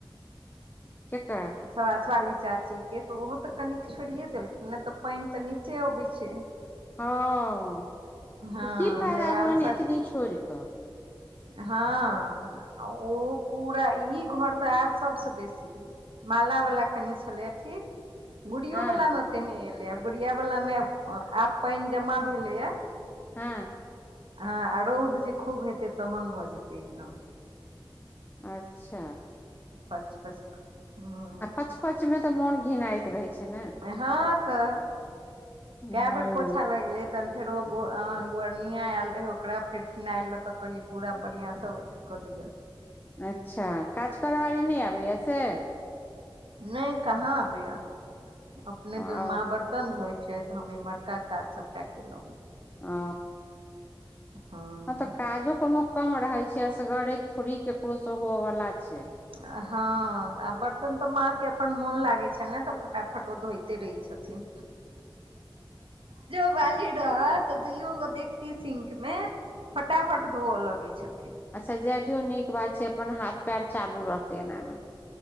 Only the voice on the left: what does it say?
<unintelligible> केकर
हँ
त की फायदा
भेलन
एतनी छोड़ क
हँ
<inaudible>
अच्छ
आ पच पच में तऽ मोन छिनाइत रहै छै न
हूँ
अच्छ काज करयवाली न आबैया से
ओ
ह
<unintelligible> काजो कोनो कम रहे छै असगरे थोड़ी केकरो स हेवै वाला छै
अच्छ जाय दियौ नीक बात छै अपन हाथ पैर चालू रहतै एनामे